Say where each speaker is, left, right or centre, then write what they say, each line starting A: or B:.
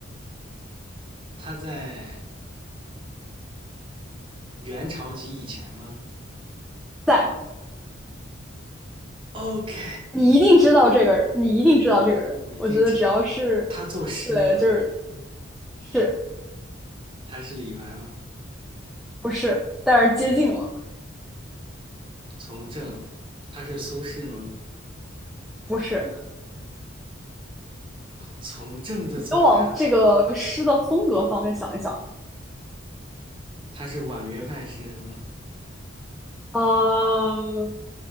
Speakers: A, on the right; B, in the centre.
A: 他在元朝及以前吗
B: 在
A: ？OK，
B: 你一定知道这个人，你一定知道这个人。
A: 我一定知道。
B: 我觉得只要是，
A: 他作诗吗？
B: 对，就是是
A: 他是李白吗？
B: 不是，但是接近了，
A: 从政，他是苏轼吗？
B: 不是。
A: 从政的作家
B: 你都往这个诗的风格方面想一想，
A: 他是婉约派诗人吗？
B: 嗯，